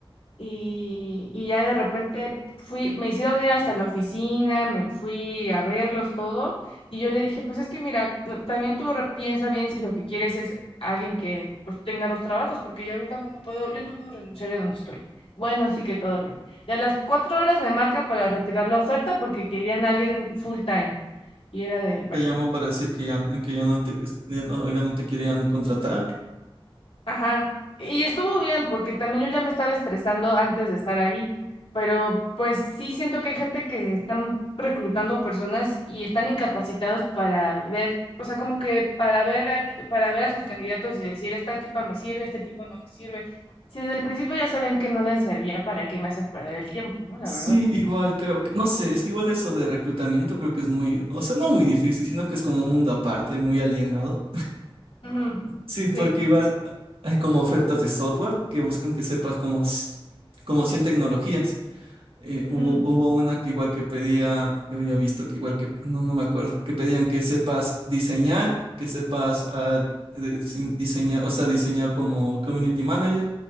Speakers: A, on the left; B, on the right.
A: y, y ya de repente fui, me hicieron ir hasta la oficina, me fui a verlos todo y yo le dije, pues es que mira, no- también tú re- piensa bien si lo que quieres es alguien que pues tenga dos trabajos, porque yo ahorita no me puedo, yo no puedo renunciar de donde estoy. Bueno, sí que todo bien. Y a las cuatro horas me marca para retirar la oferta porque querían a alguien full time. Y era de, bueno.
B: te llamo para decir que ya, que ya no te, que ya no, ya no te querían contratar.
A: Ajá, y estuvo bien porque también yo ya me estaba estresando antes de estar ahí, pero pues sí siento que hay gente que están reclutando personas y están incapacitados para ver, o sea, como que para ver a, para ver a sus candidatos y decir, esta tipa me sirve, este tipo no me sirve. Si desde el principio ya sabían que no les servía, ¿para qué me hacen perder el tiempo, no? La
B: Sí,
A: verdad.
B: igual creo que, no sé, es que igual eso de reclutamiento creo que es muy, o sea, no muy difícil, sino que es como un mundo aparte, muy alienado.
A: Ujú,
B: Sí, porque
A: Sí.
B: igual hay como ofertas de software que buscan que sepas como, c- como 100 tecnologías. eh,
A: Ujú.
B: hubo, hubo una que igual que pedía, que había visto, que igual que, no, no me acuerdo, que pedían que sepas diseñar, que sepas ah, de- dise- diseñar, o sea, diseñar como community manager,